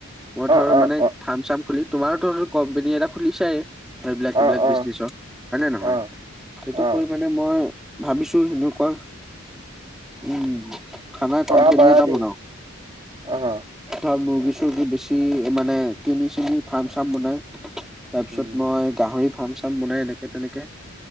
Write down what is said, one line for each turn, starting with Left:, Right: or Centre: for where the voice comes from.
Centre: মই
Right: অ',
Centre: ধৰ মানে
Right: অ',
Centre: ফ্ৰাম, চাম খুলিম তোমাৰটো ধৰ, কোম্পনী এটা খুলিছাই। এইবিলাক,
Right: অ',
Centre: সেইবিলাক বিজনেছৰ। হয়, নে, নহয়
Right: অ',
Centre: সেইটো
Right: অ',
Centre: কৰি মানে মই ভাবিছোঁ সেনেকুৱা। উম, খানা
Right: পাৰা
Centre: কোম্পানী
Right: পাৰা
Centre: এটা
Right: দেই
Centre: বনাও।
Right: অ',
Centre: ধৰ, মুৰ্গী, চৰ্গী বেছি মানে কিনি, চিনি ফাৰ্ম, চাৰ্ম বনাই তাৰপিছত
Right: উম,
Centre: মই গাহৰি ফাৰ্ম, চাৰ্ম বনাই এনেকে, তেনেকে